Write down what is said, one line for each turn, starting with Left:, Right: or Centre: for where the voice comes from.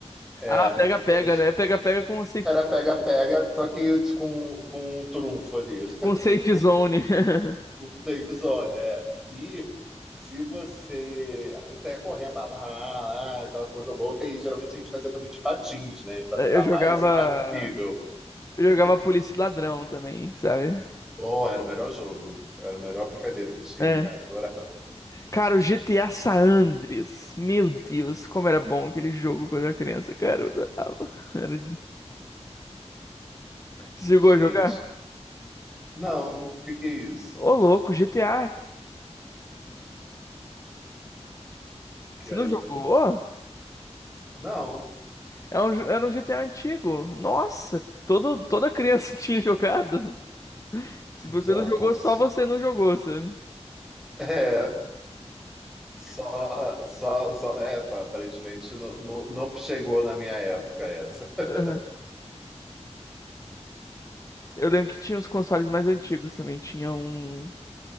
Centre: É,
Left: Ah, pega-pega,
Centre: e aí tipo,
Left: né? Pega-pega com safe,
Centre: era pega-pega, só que com, com um trunfo ali.
Left: com safe zone. <laughs>
Centre: o safe zone, é. E se você. Aí você ia correndo, pá, lá, lá, lá, aquela coisa louca, e geralmente a gente fazia também de patins, né? Pra
Left: Eu
Centre: ficar
Left: jogava.
Centre: mais, mais no nível.
Left: Eu jogava polícia e ladrão também, sabe?
Centre: Porra, era o melhor jogo. Era a melhor brincadeira que tinha,
Left: É.
Centre: cara. Adorava.
Left: Cara, o GTA San Andreas. Meu Deus, como era bom aquele jogo quando eu era criança, cara. Eu adorava. Era Você chegou
Centre: Gente.
Left: a jogar?
Centre: Não, o que que é isso?
Left: Ô, louco, GTA.
Centre: Quero.
Left: Você não jogou?
Centre: Não.
Left: É um jo- era um GTA antigo. Nossa, todo, toda criança <laughs> tinha jogado. Se
Centre: Então.
Left: você não jogou,
Centre: <laughs>
Left: só você não jogou, sabe?
Centre: É. Só, só, só. É, pá, aparentemente não, não, não chegou na minha época essa. <laughs>
Left: Aham. Eu lembro que tinha uns consoles mais antigos também. Tinha um.